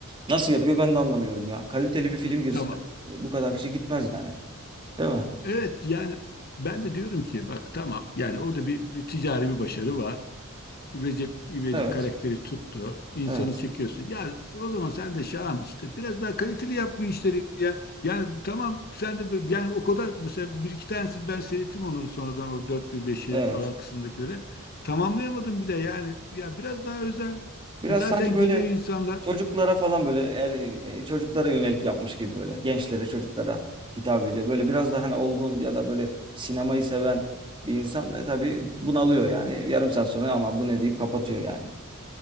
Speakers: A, on the right; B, on the left.
A: nasıl yapıyor ben de anlamıyorum ya. Kaliteli bir film girse
B: tamam.
A: e, bu kadar kişi gitmez yani. Değil mi?
B: Evet yani ben de diyorum ki bak tamam yani orada bir, bir ticari bir başarı var. Recep İvedik
A: Evet.
B: karakteri tuttu. İnsanı
A: Evet.
B: çekiyorsun. Ya o zaman sen de Şahan işte biraz daha kaliteli yap bu işleri ya. Yani tamam sen de böyle- yani o kadar mesela bir iki tanesi ben seyrettim onları sonradan o 4 beşi
A: Evet.
B: falan kısımdakileri. Tamamlayamadım bir de yani. Ya biraz daha özen.
A: Biraz
B: Zaten
A: sanki böyle
B: geliyor insanlar.
A: çocuklara falan böyle er, e, çocuklara yönelik yapmış gibi böyle gençlere çocuklara hitap ediyor. Böyle biraz daha hani olgun ya da böyle sinemayı seven bir insan e, tabii bunalıyor yani yarım saat sonra ama bu ne deyip kapatıyor yani.